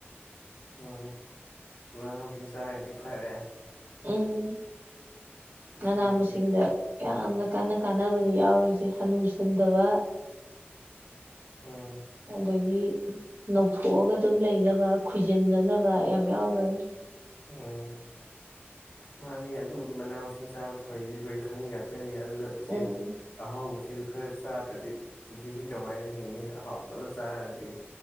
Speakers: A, on the left (about 70°); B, on the right (about 75°).
A: ꯎꯝ ꯃꯅꯥ ꯃꯁꯤꯡ ꯆꯥꯒꯗꯤ ꯐꯔꯦ
B: ꯎꯝ
A: ꯏꯁꯥꯒꯤ
B: ꯃꯅꯥ ꯃꯁꯤꯡꯗ ꯌꯥꯝꯅ ꯀꯥꯟꯅ ꯀꯥꯟꯅꯕꯅꯤ ꯌꯥꯎꯔꯤꯁꯦ ꯍꯥꯅꯨꯁꯟꯗꯕ
A: ꯎꯝ
B: ꯑꯗꯒꯤ ꯅꯧꯊꯣꯛꯑꯒ ꯑꯗꯨꯝ ꯂꯩꯅꯕ ꯈꯣꯏꯖꯤꯟꯗꯅꯕ ꯌꯥꯝ ꯌꯥꯎꯈꯔꯦ
A: ꯎꯝ ꯃꯥꯅꯦ ꯑꯗꯨꯕꯨꯗꯤ ꯃꯅꯥ ꯃꯁꯤꯡ ꯆꯥꯕ ꯐꯩꯗꯤ ꯂꯣꯏꯅ ꯈꯪꯉꯤ ꯉꯥꯛꯇ꯭ꯅꯅꯦ ꯑꯗꯨ ꯏꯦ
B: ꯎꯝ
A: ꯑꯍꯥꯎ ꯄꯨꯟꯁꯤꯁꯨ ꯈꯔ ꯆꯥꯗ꯭ꯔꯗꯤ ꯄꯨꯟꯁꯤꯁꯤ ꯀꯃꯥꯏꯅ ꯍꯤꯡꯅꯤ ꯑꯍꯥꯎꯇꯧꯅ ꯆꯥꯈꯔꯗꯤ